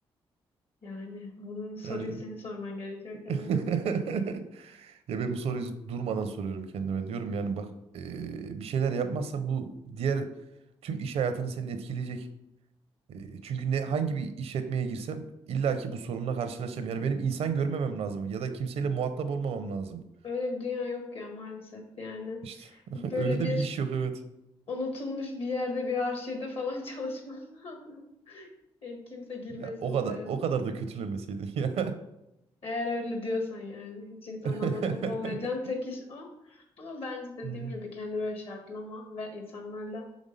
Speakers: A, on the left; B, on the right.
A: Yani bunun soruyu
B: Yani
A: senin sorman gerekiyor
B: <laughs>
A: kendine.
B: ya ben bu soruyu durmadan soruyorum kendime. Diyorum yani bak eee, bir şeyler yapmazsan bu diğer tüm iş hayatını senin etkileyecek. Eee, çünkü ne hangi bir işletmeye girsem illa ki bu sorunla karşılaşacağım. Yani benim insan görmemem lazım ya da kimseyle muhatap olmamam lazım.
A: Öyle bir dünya yok ya maalesef yani.
B: İşte <laughs>
A: Böyle
B: öyle de
A: bir
B: bir iş yok evet.
A: unutulmuş bir yerde bir arşivde falan <laughs> çalışman lazım. E, kimse girmesin
B: Ya o
A: odaya.
B: kadar o kadar da kötülemeseydin ya.
A: Eğer öyle diyorsan yani. Hiç insanla
B: <laughs>
A: muhatap olmayacağın tek iş o. Ama bence dediğim
B: Hmm.
A: gibi kendi böyle şartlama ve insanlarla